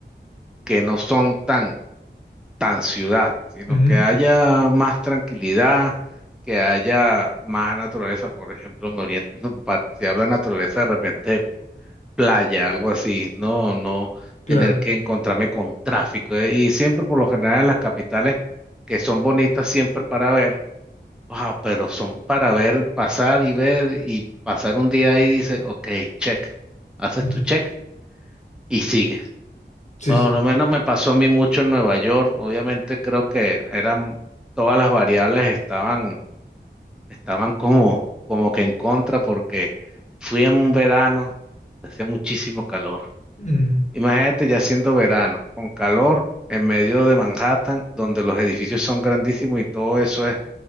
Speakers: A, in the centre; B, on the left (about 40°).
A: que no son tan tan ciudad, sino
B: ujú,
A: que haya más tranquilidad, que haya más naturaleza. Por ejemplo, me oriento, <laughs> par- si hablo de naturaleza, de repente playa, algo así, no, no
B: claro.
A: tener que encontrarme con tráfico. eh, Y siempre, por lo general, en las capitales, que son bonitas siempre para ver, ah, pero son para ver, pasar y ver y pasar un día ahí, dice, ok, check, haces
B: Ujú.
A: tu check y sigues.
B: Sí,
A: Bueno,
B: sí. sí,
A: lo menos me pasó a mí mucho en Nueva York. Obviamente creo que eran todas las variables estaban, estaban como, como que en contra porque fui en un verano, hacía muchísimo calor.
B: Mm,
A: Imagínate ya siendo verano, con calor en medio de Manhattan, donde los edificios son grandísimos y todo eso es